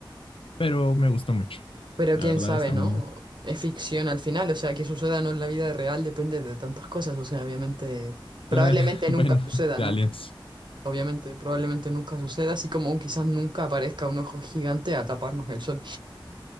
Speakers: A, on the left; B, on the right.
A: pero me gustó mucho.
B: Pero
A: La
B: quién
A: verdad
B: sabe,
A: está
B: ¿no?
A: muy...
B: Es ficción al final, o sea, que suceda o no en la vida real depende de tantas cosas, o sea, obviamente, probablemente
A: Eh, <laughs>
B: nunca
A: bueno,
B: suceda,
A: de
B: ¿no?
A: Aliens.
B: Obviamente, probablemente nunca suceda, así como quizás nunca aparezca un ojo gigante a taparnos el sol.